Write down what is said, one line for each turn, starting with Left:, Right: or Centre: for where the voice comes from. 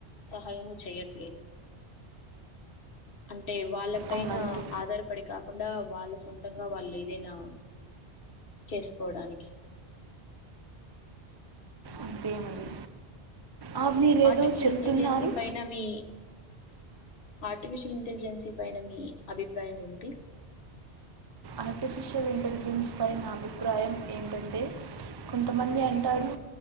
Left: సహాయము చెయ్యట్లేదు అంటే వాళ్ళ పైన
Right: అవును అంతే
Left: ఆధారపడి కా కాకుండా వాళ్ళు సొంతంగా వాళ్ళు ఏదైనా చేసుకోవడానికి
Right: అంతే మరి ఆ, మీరేదో
Left: ఆర్టిఫిషియల్
Right: చెప్తున్నారు
Left: ఇంటెలిజెన్సీ పైన మీ ఆర్టిఫిషియల్ ఇంటెలిజెన్సీ పైన మీ అభిప్రాయం ఏమిటి
Right: ఆర్టిఫిషియల్ ఇంటెలిజెన్స్ పై నా అభిప్రాయం ఏంటంటే కొంతమంది అంటారు